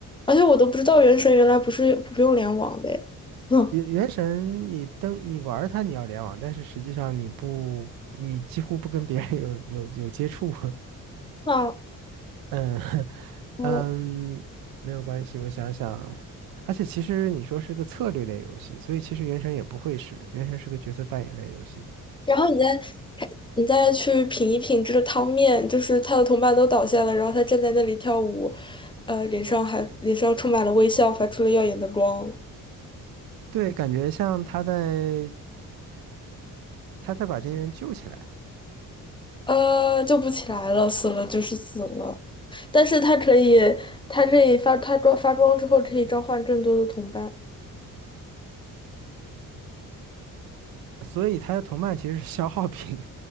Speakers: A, on the left; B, on the right.
A: 而且我都不知道原神原来不是不用联网的诶。<laughs> 嗯，
B: 原原神你登你玩儿它你要联网，但是实际上你不你几乎不跟别人 <laughs> 有有有接触，
A: 啊，
B: <laughs> 嗯 <laughs>
A: 哦，
B: 嗯，没有关系，我想想，而且其实你说是个策略类游戏，所以其实原神也不会是，原神是个角色扮演类游戏，
A: 然后你再你再去品一品这个汤面，就是他的同伴都倒下了，然后他站在那里跳舞，呃，脸上还脸上充满了微笑，发出了耀眼的光，
B: 对，感觉像他在他在把这些人救起来，
A: 呃，救不起来了，死了就是死了。但是他可以，他可以发他光发光之后可以召唤更多的同伴，
B: 所以他的同伴其实是消耗品，